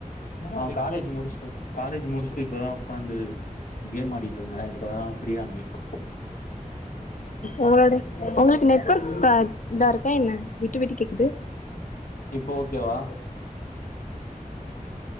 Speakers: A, on the left (about 75°); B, on the left (about 65°).
A: ஆ காலேஜ் முடிச்ட்டு காலேஜ் முடிச்ட்டு இப்பதா ஒக்காந்து கேம் ஆடிட்ருந்தே இப்பதா ஃபிரீயா <unintelligible>
B: ஒங்களோட ஒங்களுக்கு நெட்வொர்க் இதா இருக்கா என்ன விட்டு விட்டு கேக்குது
A: இப்போ ஓகேவா